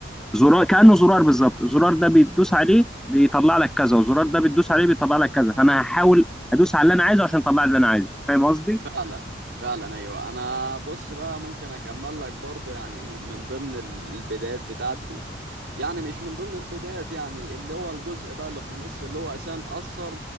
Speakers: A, in the centre; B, on the right (about 70°).
A: زرار كانه زرار بالظبط الزرار ده بتدوس عليه بيطلع لك كذا والزرار ده بتدوس عليه بيطلع لك كذا فانا هحاول ادوس على اللي انا عايزه عشان اطلع اللي انا عايزه فاهم قصدي
B: فعلا فعلا ايوه انا بص بقى ممكن اكمل لك برضو يعني من ضمن ال- البدايات بتاعتي يعني مش من ضمن البدايات يعني اللي هو الجزء بقى اللي في النص اللي هو اساسا اثر